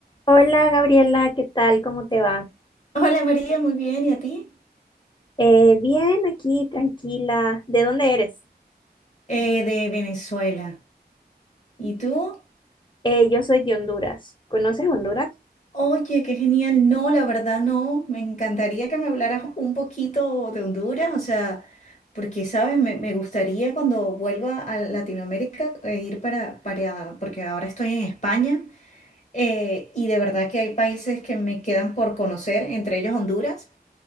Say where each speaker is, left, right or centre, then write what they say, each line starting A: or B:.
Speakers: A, on the left (about 25°); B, on the left (about 45°).
A: Hola Gabriela, ¿qué tal? ¿Cómo te va?
B: Hola María, muy bien. ¿Y a ti?
A: Eh, bien, aquí, tranquila. ¿De dónde eres?
B: Eh, de Venezuela. ¿Y tú?
A: Eh, yo soy de Honduras. ¿Conoces Honduras?
B: Oye, qué genial. No, la verdad no. Me encantaría que me hablaras un poquito de Honduras, o sea, porque, ¿sabes? Me, me gustaría cuando vuelva a Latinoamérica eh, ir para, para, porque ahora estoy en España eh, y de verdad que hay países que me quedan por conocer, entre ellos Honduras.